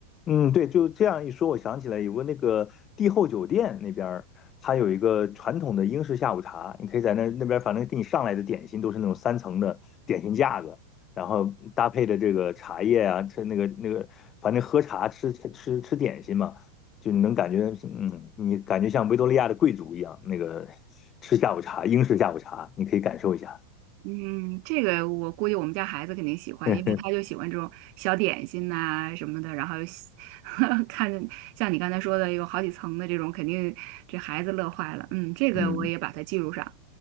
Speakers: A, on the left; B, on the right.
A: 嗯，对，就这样一说，我想起来有个那个帝后酒店那边儿，它有一个传统的英式下午茶，你可以在那那边，反正给你上来的点心都是那种三层的点心架子，然后搭配的这个茶叶啊，吃那个那个，反正喝茶吃吃吃吃点心嘛，就你能感觉，嗯，你感觉像维多利亚的贵族一样，那个 <laughs> 吃下午茶，英式下午茶，你可以感受一下，
B: 嗯，这个我估计我们家孩子肯定喜欢，
A: <laughs>
B: 因为他就喜欢这种小点心呐、什么的，然后又喜 <laughs> 看像你刚才说的有好几层的这种，肯定这孩子乐坏了。嗯，这个我也把它记录上。
A: 嗯。